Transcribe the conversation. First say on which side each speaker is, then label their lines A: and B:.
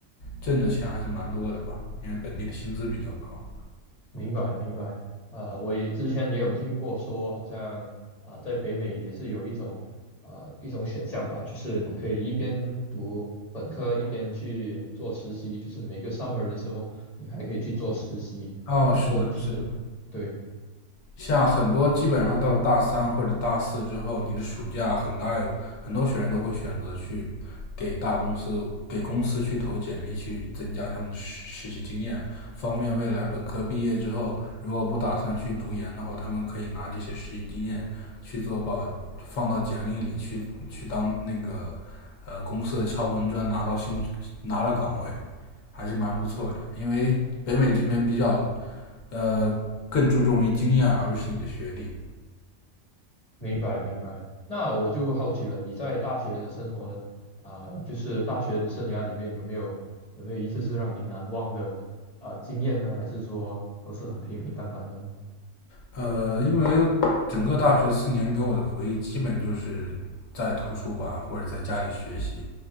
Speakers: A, on the left; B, on the left.
A: 挣的钱还是蛮多的吧，因为本地的薪资比较高。
B: 明白明白，呃，我也之前也有听过说，好像呃，在北美也是有一种呃一种选项吧，就是你可以一边读本科一边去做实习，就是每个 summer 的时候，你还可以去做实习，
A: 哦，
B: 然后就是对，
A: 是的，是的。像很多基本上到大三或者大四之后，你的暑假很大有很多学员都会选择去给大公司、给公司去投简历，去增加他们的实实习经验，方便未来本科毕业之后，如果不打算去读研的话，他们可以拿这些实习经验去做保，放到简历里去去当那个呃公司的敲门砖，拿到薪拿到岗位，还是蛮不错的。因为北美这边比较呃，更注重于经验而不是你的学历。
B: 明白明白。那我就好奇了，你在大学的生活，啊、就是大学的生涯里面有没有有没有一次是让你难忘的啊、呃经验呢？还是说都是很平平淡淡的呢？
A: 呃，因为整个大学四年给我的回忆，基本就是在图书馆或者在家里学习。